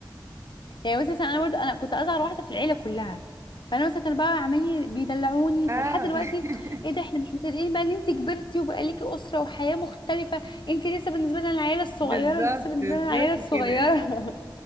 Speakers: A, on the left; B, on the right.
A: يعني مثلا انا برضو انا كنت اصغر واحده في العيله كلها فانا مثلا كانوا بقى عمالين بيدلعوني
B: اه
A: فلحد دلوقتي
B: <laughs>
A: ايه ده احنا مش مصدقين بقى ان انت كبرتي وبقى ليكي اسره وحياه مختلفه انت لسه بالنسبه لنا العيله الصغيره
B: بالظبط
A: انت لسه بالنسبه
B: بالظبط
A: لنا العيله الصغيره
B: كده
A: <laughs>